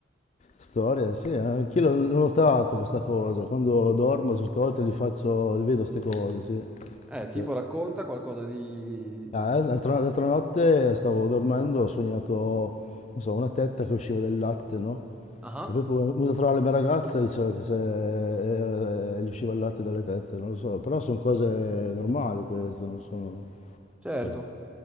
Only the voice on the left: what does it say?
Storia, sì, eh. anch'io l'ho l'ho notato questa cosa, quando dormo certe volte li faccio, li vedo queste cose, sì.
Sì.
Ah, eh, l'altra l'altra notte stavo dormendo, ho sognato, non so, una tetta che usciva del latte, no?
E poi poi mi sono venuto a trovare la mia ragazza e diceva che se, eh, eh, gli usciva il latte dalle tette, non lo so, però sono cose normali queste, non sono...
sì.